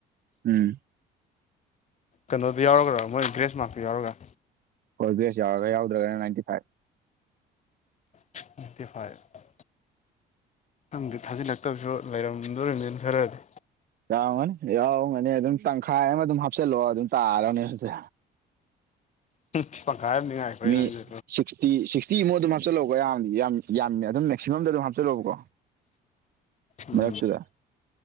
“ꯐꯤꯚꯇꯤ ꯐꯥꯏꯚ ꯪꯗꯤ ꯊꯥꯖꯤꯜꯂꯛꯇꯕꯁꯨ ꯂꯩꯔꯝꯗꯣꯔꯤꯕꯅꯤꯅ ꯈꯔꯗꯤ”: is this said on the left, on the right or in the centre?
Left